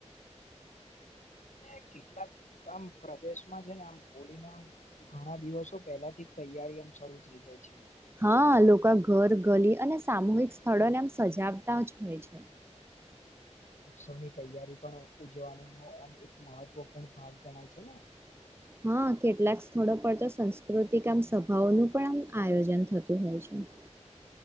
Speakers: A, on the left; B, on the right.
A: બિલકુલ <unintelligible> અને કેટલાક આમ પ્રદેશમાં છે ને આમ હોલી ના આમ ઘણા દિવસો પહેલાથી તૈયારી આમ શરૂ થઇ જાય છે.
B: હા લોકો ઘર ગલી અને સામૂહિક સ્થળોને એમ સજાવતા જ હોય છે.
A: અને ઉત્સવની તૈયારી પણ ઉજવાનું ન એમ એક મહત્વપૂર્ણ ભાગ ગણાય છે ને
B: હ <unintelligible> હા કેટલાક સ્થળો પર તો સાસ્કૃતિક આમ સભાઓનું પણ આમ આયોજન થતું હોય છે. <inaudible>